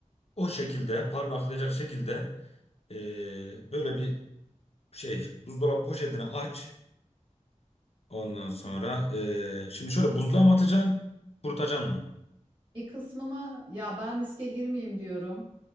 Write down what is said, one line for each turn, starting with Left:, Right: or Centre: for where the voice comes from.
Left: O şekilde parmaklayacak şekilde ee, böyle bir şey buzdolabı poşetini aç. Ondan sonra ee, şimdi şöyle buzluğa mı atacaksın? Kurutacaksın mı?
Right: Bir kısmını ya ben riske girmeyeyim diyorum.